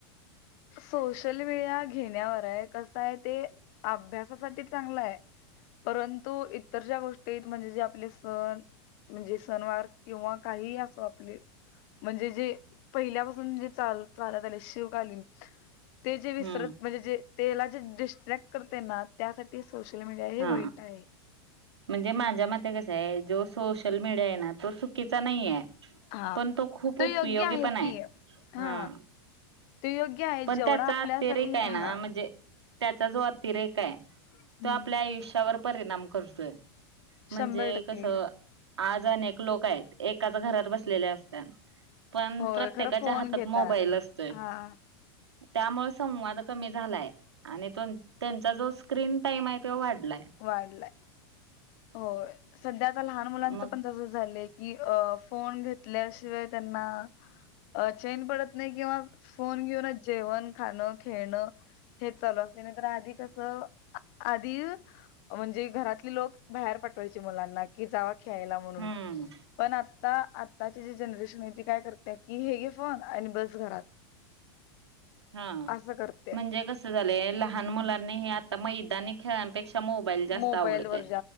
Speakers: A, on the left (about 55°); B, on the right (about 85°).
A: सोशल मीडिया घेण्यावर आहे कस आहे ते. अभ्यासासाठी चांगलं आहे. परंतु इतर ज्या गोष्टीत म्हणजे जे आपले सण म्हणजे सनवार किंवा काहीही असो आपले म्हणजे जे पहिल्यापासून जे चालू महाराज आले शिवकालीन ते जे विसरत
B: हम्म
A: म्हणजे जे तेला जे डिस्ट्रॅक्ट करते ना त्यासाठी सोशल मीडिया हे
B: हा
A: वाईट आहे.
B: म्हणजे माझ्या मते कस आहे जो सोशल मीडिया आहे ना तो चुकीचा नाही आहे.
A: हा
B: पण तो खूप
A: ते
B: उपयोगी
A: योग्य
B: पण आहे
A: की हा
B: ह.
A: ते योग्य आहे
B: पण
A: जेवढा
B: त्याचा
A: आपल्यासाठी
B: अतिरेक काय
A: हा
B: ना म्हणजे त्याचा जो अतिरेक आहे
A: हम्म
B: तो आपल्या आयुष्यावर परिणाम करतो. म्हणजे
A: शंभर टक्के
B: कस आज अनेक लोक आहेत एकाच घरात बसलेले असत पण
A: होय
B: प्रत्येकाच्या
A: खरं फोन
B: हातात
A: घेतात
B: मोबाईल असतेय.
A: हा
B: त्यामुळे संवाद कमी झालाय. आणि तो त्यांचा जो स्क्रीन टाइम आहे तो वाढलाय.
A: वाढलाय हो सध्या आता लहान मुलांच
B: मग
A: पण तसं झालं कि अ फोन घेतल्याशिवाय त्यांना अ चेन पडत नाही किंवा फोन घेऊनच जेवण खाणं खेळणं हेच चालू असले नंतर आधी कसं आ आधी म्हणजे घरातले लोक बाहेर पाठवायची मुलांना कि जावा ख्यायला म्हणून
B: हम्म
A: पण आता आताची जी जनरेशन आहे ती काय करते की हे घे फोन आणि बस घरात.
B: हा
A: असं करते
B: म्हणजे कस झालं लहान
A: हम्म.
B: मुलांनी हे आता मैदानी खेळ पेक्षा मोबाईल जास्त
A: मोबाईल
B: आवडतोय
A: वर